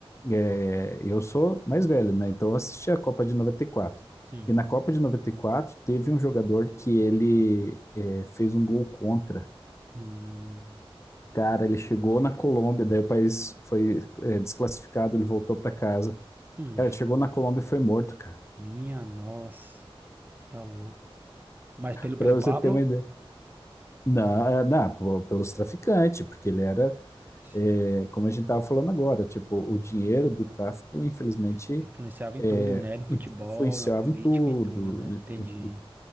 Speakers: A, on the left; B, on the right.
A: É, eu sou mais velho, né? Então eu assisti a Copa de noventa E quatro.
B: sim.
A: E na Copa de 94 teve um jogador que ele é, fez um gol contra.
B: Hum.
A: Cara, ele chegou na Colômbia, daí o país foi é, desclassificado, ele voltou pra casa.
B: Hum,
A: Cara, ele chegou na Colômbia e foi morto, cara.
B: minha nossa, tá louco. Mas pelo,
A: Pra
B: pelo
A: você
B: Pablo?
A: ter uma ideia. Não, é, não, pô, pelos traficantes, porque ele era
B: Sim.
A: É, como a gente estava falando agora, tipo, o dinheiro
B: Hum,
A: do tráfico, infelizmente,
B: influenciava
A: é,
B: em tudo, né? No futebol,
A: in- influenciava
B: na política,
A: em tudo,
B: em tudo, né? Entendi,
A: i- i-